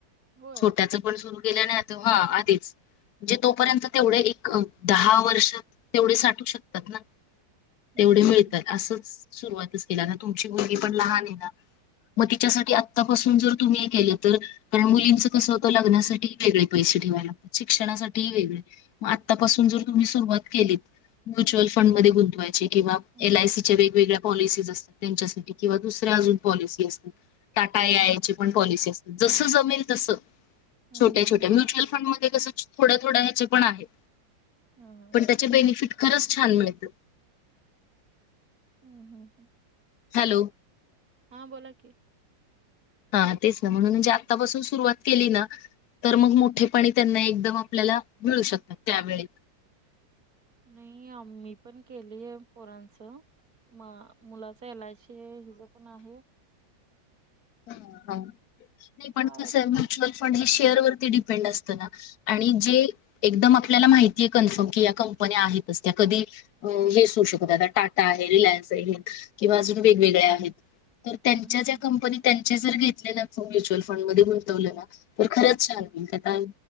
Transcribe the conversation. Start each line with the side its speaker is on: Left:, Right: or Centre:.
Right: होय
Left: छोट्याच पण सुरू केलं नाही आता, हा आधीच म्हणजे तोपर्यंत तेवढे एक, दहा वर्षात तेवढे साठू शकतात ना.
Right: हम्म
Left: तेवढे
Right: हम्म
Left: मिळतात, असंच सुरुवातच केली आता तुमची मुलगी पण लहान आहे ना? मग तिच्यासाठी आत्तापासून जर तुम्ही हे केलं तर कारण मुलींचं कसं होतं लग्नासाठी वेगळे पैसे ठेवायला लागतात. शिक्षणासाठी वेगळे मग आतापासून जर तुम्ही सुरवात केली, म्युचुअल
Right: हम्म
Left: फंड मध्ये गुंतवायची किंवा
Right: हम्म
Left: एल आसी वेगवेगळ्या पॉलिसीज असतात. त्यांच्यासाठी किंवा दुसऱ्या अजून पॉलिसी असतात. टाटा ए
Right: हम्म
Left: आय ची पण पॉलिसी असते. जसं जमेल तसं.
Right: हम्म
Left: छोट्या-
Right: हम्म हम्म
Left: छोट्या म्युच्यअल फंड मध्ये कसं थोड्या थोड्या ह्याचे पण आहेत.
Right: हम्म
Left: पण त्याचे बेनिफिट खरंच छान मिळत.
Right: हम्, हम, ह
Left: हॅलो.
Right: हा बोला की,
Left: हा तेच ना, म्हणून म्हणजे आतापासून सुरुवात केली ना तर मग मोठे पाणी त्यांना एकदम आपल्याला मिळू शकतात. त्यावेळी
Right: नाही आम्ही पण केलीय पोरांचं. म मुलाच एल, आय, सी, आहे. हिज पण आहे.
Left: ह ह नाही पण
Right: काय
Left: कसं
Right: आता
Left: आहे म्युच्युअल फंड हे शेअर वरती डिपेंड असतं ना. आणि जे, एकदम आपल्याला माहितीय कन्फर्म की या कंपन्या आहेतच त्या कधी अ हे सु शकत आता टाटा आहे रिलायन्स आहे. किंवा अजून वेगवेगळ्या आहेत. तर
Right: हम्म
Left: त्यांच्या
Right: हम्म
Left: ज्या कंपनी त्यांचे जर घेतले ना म्युच्युअल फंड मध्ये गुंतवलं ना, तर खरंच छान होईल का आ